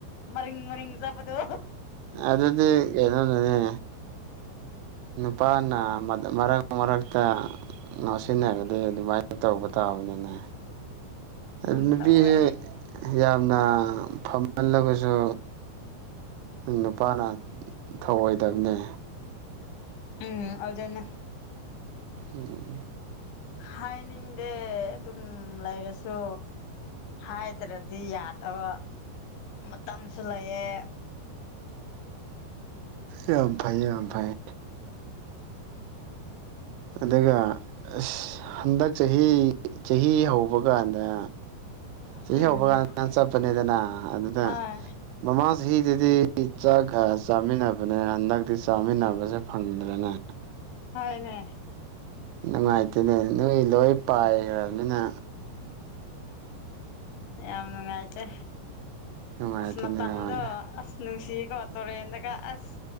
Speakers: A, on the left; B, on the right.
A: ꯃꯔꯤꯡ ꯃꯔꯤꯡ ꯆꯥꯠꯄꯗꯣ
B: ꯑꯗꯨꯗꯤ ꯀꯩꯅꯣꯅꯥꯅꯦ ꯅꯨꯄꯥꯅ ꯃꯔꯛ ꯃꯔꯛꯇ ꯉꯣꯁꯤꯟꯅꯔꯗꯤ ꯑꯗꯨꯝ ꯑꯗꯨꯃꯥꯏꯅ ꯇꯧꯕ ꯇꯥꯕꯅꯤꯅ
A: ꯑꯗꯨꯝ
B: ꯑꯗꯨ ꯅꯨꯄꯤꯁꯦ
A: ꯇꯧꯋꯦ
B: ꯌꯥꯝꯅ ꯐꯃꯜꯂꯕꯁꯨ ꯅꯨꯄꯥꯅ ꯊꯧꯑꯣꯏꯗꯕꯅꯦ
A: ꯎꯝ ꯑꯗꯨꯅꯤ
B: ꯎꯝ
A: ꯍꯥꯏꯅꯤꯡꯗꯦ ꯑꯗꯨꯝ ꯂꯩꯔꯁꯨ ꯍꯥꯏꯗ꯭ꯔꯗꯤ ꯌꯥꯗꯕ ꯃꯇꯝꯁꯨ ꯂꯩꯌꯦ
B: ꯌꯥꯝ ꯐꯩ ꯌꯥꯝ ꯐꯩ ꯑꯗꯨꯒ ꯑꯁ ꯍꯟꯗꯛ ꯆꯍꯤ ꯆꯍꯤ ꯍꯧꯕ ꯀꯥꯟꯗ ꯆꯍꯤ
A: ꯎꯝ
B: ꯍꯧꯕ ꯀꯥꯟꯗ ꯆꯠꯄꯅꯦꯗꯅ ꯑꯗꯨꯗ
A: ꯍꯣꯏ
B: ꯃꯃꯥꯡ ꯆꯍꯤꯗꯗꯤ ꯆꯥꯛ ꯀꯥ ꯆꯥꯃꯤꯟꯅꯕꯅꯦ ꯍꯟꯗꯛꯇꯤ ꯆꯥꯃꯤꯟꯅꯕꯁꯦ ꯐꯪꯗ꯭ꯔꯦꯅꯦ
A: ꯍꯣꯏꯅꯦ
B: ꯅꯨꯡꯉꯥꯏꯇꯦꯅꯦ ꯅꯣꯏ ꯂꯣꯏ ꯄꯥꯏꯈ꯭ꯔꯅꯤꯅ
A: ꯌꯥꯝ ꯅꯨꯡꯉꯥꯏꯇꯦ
B: ꯅꯨꯡꯉꯥꯏꯇꯦꯅꯦ
A: ꯑꯁ ꯃꯇꯝꯗꯣ
B: ꯍꯣꯏ
A: ꯑꯁ ꯅꯨꯡꯁꯤꯀꯣ ꯇꯨꯔꯦꯟꯗꯒ ꯑꯁ